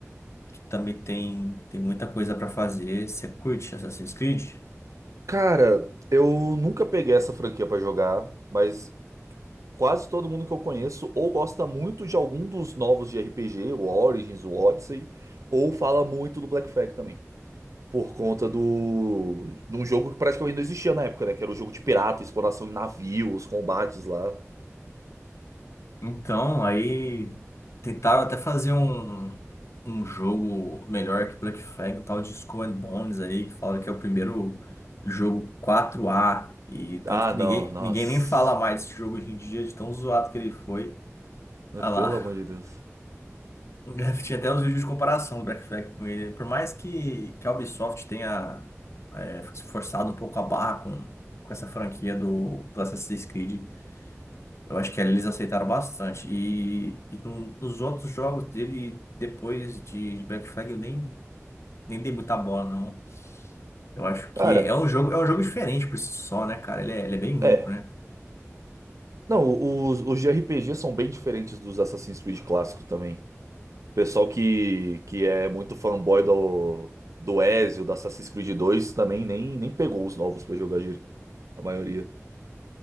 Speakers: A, on the left; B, on the right.
A: que também tem, tem muita coisa para fazer. Você curte Assassin's Creed?
B: Cara, eu nunca peguei essa franquia pra jogar, mas Quase todo mundo que eu conheço ou gosta muito de algum dos novos de RPG, o Origins, o Odyssey, ou fala muito do Black Flag também. Por conta do... de um jogo que praticamente não existia na época, né? Que era o jogo de pirata, exploração em navios, combates lá.
A: Então, aí tentaram até fazer um, um jogo melhor que Black Flag, um tal de Skull and Bones aí, que fala que é o primeiro jogo 4A. E tanto
B: Ah,
A: que
B: não,
A: ninguém,
B: nossa.
A: ninguém nem fala mais desse jogo hoje em dia, de tão zoado que ele foi. Ah lá.
B: Pelo amor de Deus.
A: <laughs> Tinha até uns vídeos de comparação do Black Flag com ele. Por mais que, que a Ubisoft tenha eh, se forçado um pouco a barra com, com essa franquia do, do Assassin's Creed. Eu acho que ali eles aceitaram bastante. E, e no- nos outros jogos dele, depois de Black Flag, eu nem, nem dei muita bola, não. Eu acho que
B: Cara,
A: é um jogo, é um jogo diferente por si só, né, cara? Ele é, ele é bem único,
B: é.
A: né?
B: Não, os, os de RPG são bem diferentes dos Assassin's Creed clássicos também. Pessoal que, que é muito fanboy do, do Ezio, da Assassin's Creed 2, também nem, nem pegou os novos pra jogar, gíria. a maioria.